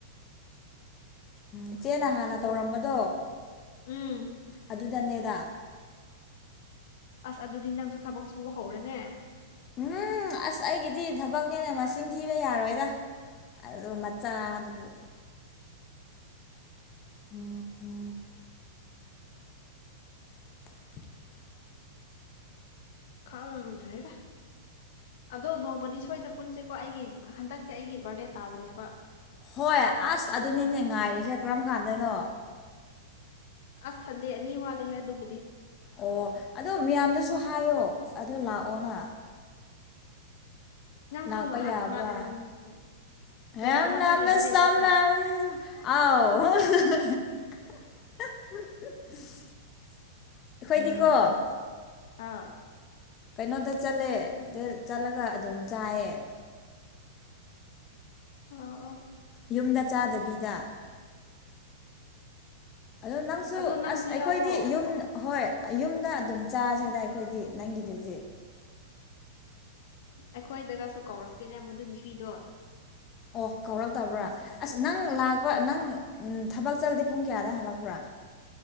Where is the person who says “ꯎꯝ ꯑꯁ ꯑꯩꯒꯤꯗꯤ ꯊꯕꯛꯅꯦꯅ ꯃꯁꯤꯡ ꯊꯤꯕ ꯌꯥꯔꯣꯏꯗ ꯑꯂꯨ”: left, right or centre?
Left